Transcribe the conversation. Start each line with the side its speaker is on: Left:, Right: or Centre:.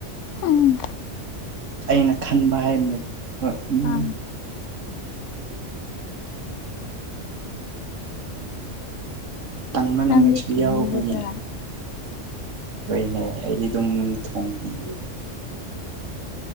Left: ꯎꯝ
Right: ꯑꯩꯅ ꯈꯟꯕ ꯍꯥꯏꯕꯅꯤꯗ ꯍꯣꯏ ꯎꯝ
Left: ꯑꯪ
Right: ꯇꯟꯕ
Left: ꯅꯪꯗꯤ
Right: ꯅꯨꯃꯤꯠꯁꯨ
Left: ꯊꯣꯡꯕꯤꯒꯗ꯭ꯔꯥ
Right: ꯌꯥꯎꯕꯒꯤꯅꯤ ꯍꯣꯏꯅꯦ ꯑꯩꯗꯤ ꯑꯗꯨꯝ ꯊꯣꯡꯕꯤꯒꯦ